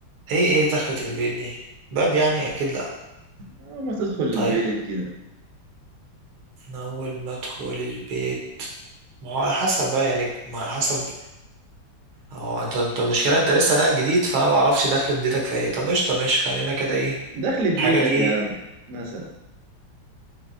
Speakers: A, on the right; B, on the right.
A: ايه ايه في دخلة البيت دي باب يعني اكيد لا
B: آه ما تدخل البيت
A: طيب
B: كده
A: انا اول ما ادخل البيت ما هو على حسب بقى يعني ما على حسب اه انت انت المشكله انت لسه ناقل جديد فانا ما اعرفش دخلة بيتك في ايه طب قشطه ماشي خلينا كده ايه
B: دخلت بيتك
A: الحاجه دي إيه؟
B: يا عم مثلا